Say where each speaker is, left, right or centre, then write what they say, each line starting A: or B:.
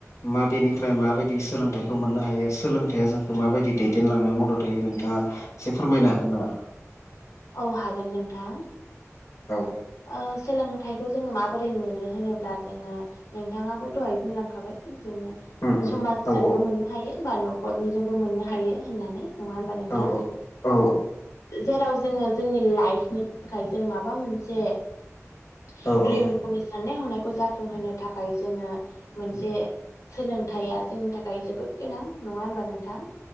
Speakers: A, on the left; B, on the left.
A: माबेनिफ्राय माबायदि सोलोंथाइखौ मोननो हायो सोलोंथाइया जोंखौ माबायदि दैद देनलांनायाव मदद होयो नोंथाङा एसे फोरमायनो हागोन नामा।
B: औ हागोन नोंथां।
A: औ।
B: ओ सोलोंथाइखौ जोङो माबोरै मोनो होनोब्ला जोङो। नोंथाङाबो दहाय बुंलांखाबाय जोङो।
A: उम उम
B: समाजजोंबो
A: औ
B: मोननो हायो बा न'खरनिजोंबो मोननो हायो होननानै। नङा होनबा नोंथां
A: औ औ
B: जेराव जोङो जोंनि लाइफनि थाखाय जों माबा मोन <inaudible>
A: औ
B: गावनि
A: औ
B: साननाय हनायखौ जाफुंहोनो थाखाय जोङो मोनसे सोलोंथाया जोंनि थाखाय जोबोद गोनां नङा होनबा नोंथां?